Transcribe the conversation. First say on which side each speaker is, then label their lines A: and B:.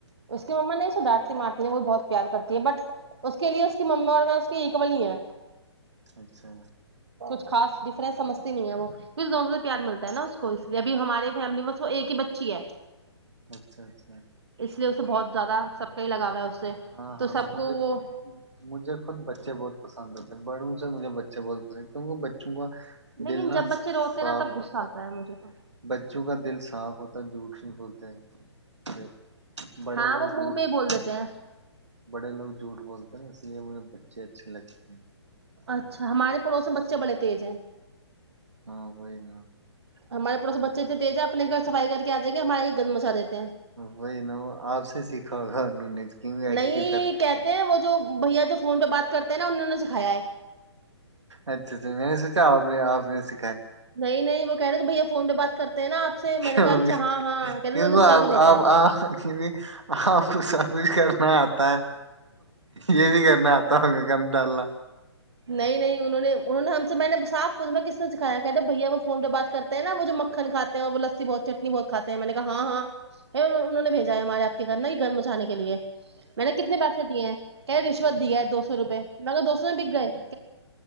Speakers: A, on the right; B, on the right.
A: اس کی مما نہیں سو ڈانٹتی مارتی ہیں وہ بھی بہت پیار کرتی ہے بٹ اس کے لیے اس کی مما اور میں اس کے اکول ہی ہیں
B: اچھا
A: کچھ خاص ڈفرنس سجھتی نہیں ہے وہ ک دونوں سے پیار ملتا ہے نا اس کو اس لیے ابھی ہمارے فیملی بس وہ ایک ہی بچی ہے
B: اچھا اچھا <unintelligible>
A: اس لیے اسے بہت زیادہ سب کا ہی لگا ہے سے
B: ہاں
A: تو
B: ہاں
A: سب
B: مجھے
A: کو وہ
B: مجھے خود بچے بہت پسند ہوتا ہے بڑوں سے مھے بچے بہت پسند ہیں کیونکہ بچوں کا
A: لیکن
B: دل ن
A: جب بچے روتے
B: صاف
A: ہیں نا تب غصہ
B: ہوتا
A: آتا
B: ہے
A: مجھے تو
B: بچوں کا دل صاف ہوتا ہے جھوٹ بھی بولتے ہے بڑے
A: ہاں
B: لوگ
A: وہ منہ
B: جھوٹ
A: پہ ہی
B: بولتے
A: بول دیتے ہیں
B: بڑے لوگ جھوٹ بولتے ہیں اس لیے مجھے بچے اچھے لگتے ہیں
A: اچھا ہمارے پڑوس میں بچے بڑے تیز ہیں
B: ہاں وہئی گ <unintelligible>
A: ہمارے پڑوس بچےتنے تیز ہے اپ گھر سفائی کے آ جیں گے ہمارے گ مچاےتے
B: وہی نا وہ آپ سے سیکھا ہوگا انہوں نے کیوں ایکٹیو
A: نہیں
B: کر دی
A: کہتے
B: ہے
A: ہیں وہ جو بھیا جو فون پہ بات کرتے ہیں نا انہ نے سکھایا ہے
B: اچھا اچھا میں نے سوچا آپ نے آپ نے سا
A: نہیں نہیں وہ کہنے بھیا فون پہ بات کرتے ہیں نا آپ سے
B: کیوں
A: میں نے کہا اچھا
B: گ
A: ہاں ہاں کہہ رہے
B: کیوںک
A: انہوں نے سکھا
B: آپ
A: کے بھیجا
B: آپ
A: ہے
B: آ کی آپ کو سب کچھ کرنا آ تو یہ بھی کرنا آتا ہوں میں ک انٹ اللہ
A: نہیں نہیں انہوں نے انہوں نے ہم سے میں نے صاف پچھ میں کس نے دکھایا کیا جب بھیا وہ فون جو بات کرتے نا وہ جو مکھنھے ہیں اور وہ لسی بہ چٹنی بہتھاتے میں نے کہا ہاں ہاں انہوں نے بھیجا ہے ہمارے آپ کے گھر نا یہ گھرم مچانے کے لیے میں نے کتنے پیسے دیے کیا دیش ودی ہے دو سو روپئے میںگر دو سو نے پیگا ہے